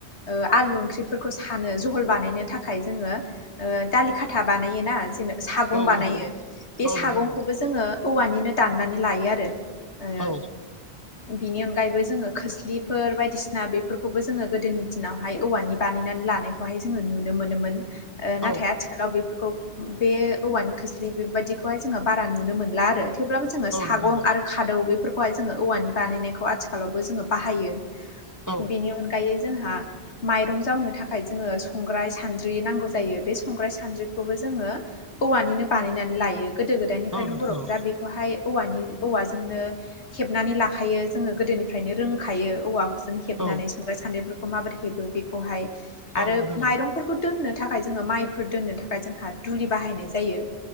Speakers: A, on the left (about 80°); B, on the right (about 20°).
A: ओ आलु ओंख्रिफोरखौ सानो जहल बानायनो थाखाय जोङो ओ दालि खाथा बानायोना जेन' सागं
B: औ
A: बानायो
B: औ
A: बे
B: औ
A: सागंखौबो
B: नोंथां
A: जोङो औवानिनो दाननानै लायो आरो। ओ
B: औ।
A: बिनि अनगायैबो जोङो खोस्लिफोर बायदिसिना बेफोरखौबो जोङो गोदोनि दिनावहाय औवानि बानायनानै लानायखौहाय जोङो नुनो मोनोमोन ओ नाथाय
B: औ
A: आथि खालाव बेफोरखौ बे औवानि खोस्लि बेबायदिखौहाय जोङो बारा नुनो मोनला आरो थेवब्लाबो जों ङो
B: औ
A: सागं
B: नोंथां
A: आरो खादौ बेफोरखौहाय जोङो औवानि बानायनायखौ आथिखालावबो जोङो बाहायो।
B: औ
A: बेनि अनगायै जोंहा माइरं जावनो था थाखाय जोङो संग्राय सानद्रि नांगौ जायो बे संग्राय सानद्रिखौबो जोङो औवानिनो बानायनानै लायो गोदो गोदायनिफ्रायनो
B: औ नोंथां
A: बर'फोरा बेखौहाय औवानि औवाजोंनो हेबनानै लाखायो जोङो गोदोनिफ्रायनो रोंखायो औवा जों हेबनानै
B: औ
A: संग्राय सान्द्रिफोरखौ माबोरै हेबो बेखौहाय आरो
B: औ नोंथां
A: माइरंफोरखौ दोननो थाखाय जोङो माइफोर दोननो थाखाय जोंहा दुलि बाहायनाय जायो।